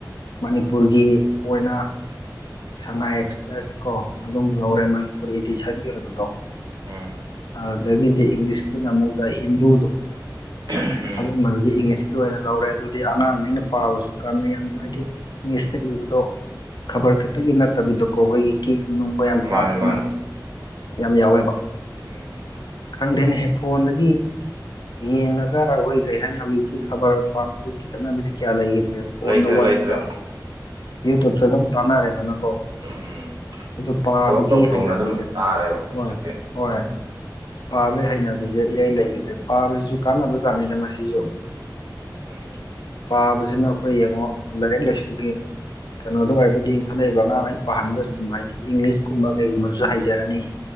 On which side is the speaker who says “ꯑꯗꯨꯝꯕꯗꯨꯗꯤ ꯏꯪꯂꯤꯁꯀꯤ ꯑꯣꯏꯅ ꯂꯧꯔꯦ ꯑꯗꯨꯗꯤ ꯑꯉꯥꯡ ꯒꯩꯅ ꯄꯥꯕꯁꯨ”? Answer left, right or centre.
Left